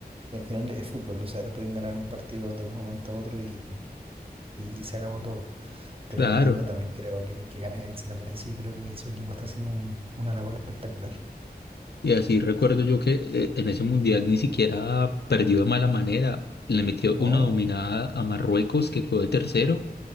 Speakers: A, on the right; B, on the left.
A: y al final es fútbol, o sea, te pueden ganar un partido de un momento a otro y, y, y se acabó todo. Pero
B: Claro.
A: como digo, también creo que, que gane él, se lo merecía creo que su equipo está haciendo un- una labor espectacular.
B: Y así recuerdo
A: Sí.
B: yo que eh, en ese mundial ni siquiera perdió de mala manera. Le metió
A: No,
B: una dominada a Marruecos que quedó de tercero